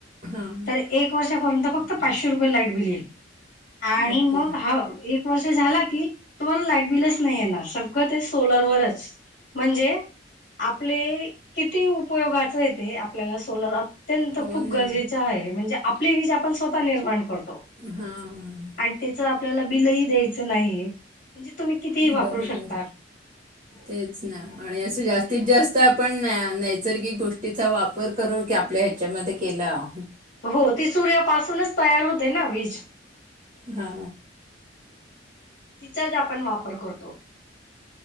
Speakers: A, on the right; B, on the left.
A: हां
B: तर एक वर्षापर्यंत फक्त पाचशे रुपये लाईट बिल येईल. आणि
A: ओके
B: मग हा एक वर्ष झाला की तुम्हाला लाईट बिलच नाही येणार सगळं ते सोलरवरच म्हणजे आपले किती उपयोगाचय ते आपल्याला सोलर अत्यंत
A: हो
B: खूप
A: ना
B: गरजेच आहे म्हणजे आपली वीज आपण स्वतः निर्माण करतो.
A: हां
B: आणि त्याच आपल्याला बिलही द्यायचं नाही. तुम्ही कितीही वापरू
A: बरोबर
B: शकतात.
A: तेच ना आणि असं जास्तीत जास्त आपण नैसर्गिक गोष्टीचा वापर करू की आपल्या ह्याच्यामध्ये केलं.
B: हो ती सूर्यापासूनच तयार होते ना वीज
A: हा.
B: चाच आपण वापर करतो.